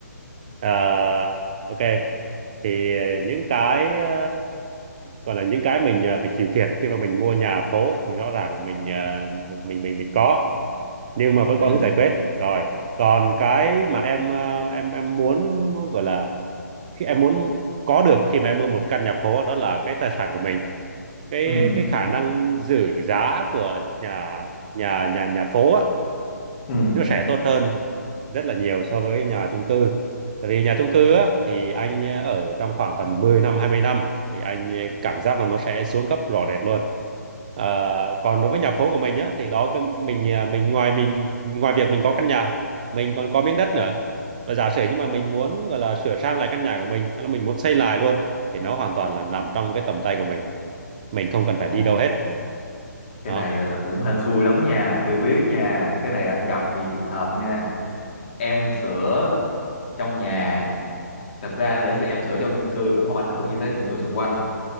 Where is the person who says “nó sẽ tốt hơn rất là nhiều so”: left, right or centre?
Right